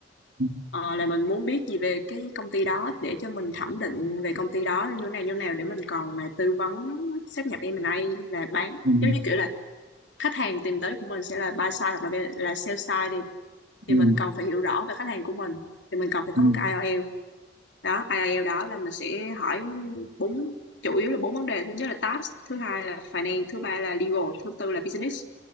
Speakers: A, on the right; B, on the left.
A: ừ,
B: Ờ, là mình muốn biết gì về cái công ty đó để cho mình thẩm định về công ty đó như thế nào như thế nào để mình còn mà tư vấn sáp nhập em M&A là bán
A: ừ, ừ,
B: giống như kiểu là khách hàng tìm tới của mình sẽ là buy side hoặc là là sell side đi thì
A: ừ,
B: mình cần phải hiểu rõ về khách hàng của mình thì mình cần phải có
A: ừ, ừ,
B: một cái IELTS đó IELTS đó là mình sẽ hỏi bốn chủ yếu là bốn vấn đề thứ nhất là task thứ hai là finance thứ ba là legal thứ tư là business